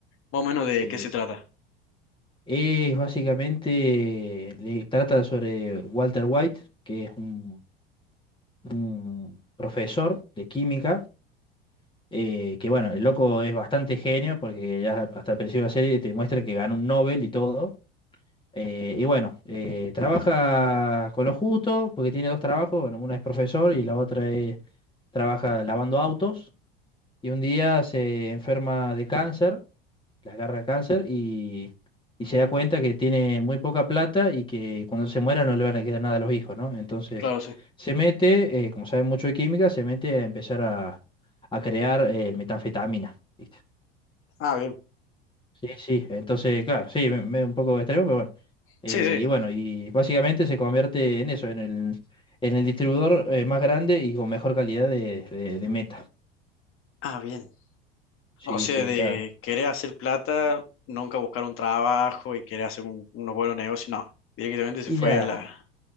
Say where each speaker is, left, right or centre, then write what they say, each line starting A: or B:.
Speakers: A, on the left (about 45°); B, on the left (about 15°).
A: Más o menos
B: Sí,
A: de qué se
B: sí.
A: trata.
B: Es básicamente, le trata sobre Walter White, que es un, un profesor de química, eh, que bueno, el loco es bastante genio, porque ya hasta el principio de la serie te muestran que ganó un Nobel y todo Eh, y bueno, eh, trabaja con lo justo, porque tiene dos trabajos, bueno, uno es profesor y la otra es, trabaja lavando autos. Y un día se enferma de cáncer, le agarra cáncer y, y se da cuenta que tiene muy poca plata y que cuando se muera no le van a quedar nada a los hijos, ¿no? Entonces
A: Claro, sí.
B: se mete, eh, como sabe mucho de química, se mete a empezar a, a crear eh, metanfetamina. ¿viste?
A: Ah, bien.
B: Sí, sí, entonces, claro, sí, me, me- un poco extremo, pero bueno. Eh,
A: Sí, sí.
B: y bueno, y básicamente se convierte en eso, en el, en el distribuidor eh, más grande y con mejor calidad de, de- de meta.
A: Ah, bien.
B: Sí,
A: O sea,
B: sí,
A: de
B: está.
A: querer hacer plata, nunca buscar un trabajo y querer hacer un- unos buenos negocios, no. Directamente se
B: Y
A: fue
B: ya,
A: a la,